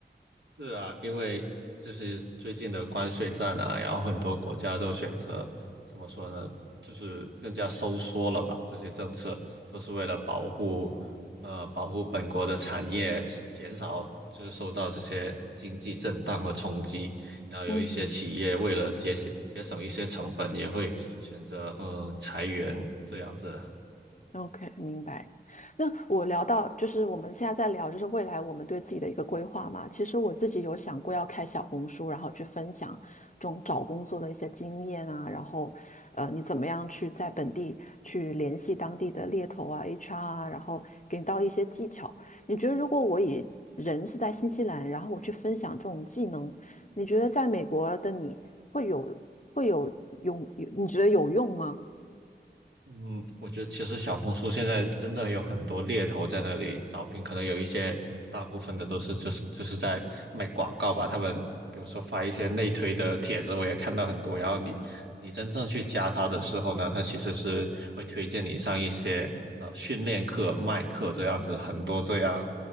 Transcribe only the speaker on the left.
嗯。
OK，明白。那我聊到就是我们现在在聊，就是未来我们对自己的一个规划嘛。其实我自己有想过要开小红书，然后去分享这种找工作的一些经验啊，然后呃，你怎么样去在本地去联系当地的猎头啊、HR 啊，然后给到一些技巧。你觉得如果我以人是在新西兰，然后我去分享这种技能，你觉得在美国的你会有会有用？有你觉得有用吗？